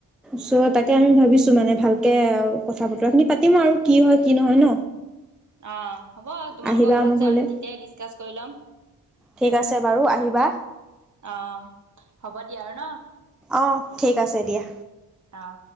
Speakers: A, in the centre; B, on the right.
A: চ' তাকে আমি ভাবিছো মানে ভালকে, কথা বতৰা খিনি পাতিম আৰু কি হয় কি নহয় ন
B: অহ', হ'ব তোমালোকৰ
A: আহিবা
B: ঘৰত
A: আমাৰ
B: যাম
A: ঘৰলে
B: তেতিয়াই ডিচকাচ্ কৰি ল'ম
A: ঠিক আছে বাৰু আহিবা
B: অ হ'ব দিয়া আৰু ন
A: অ', ঠিক আছে দিয়া
B: অ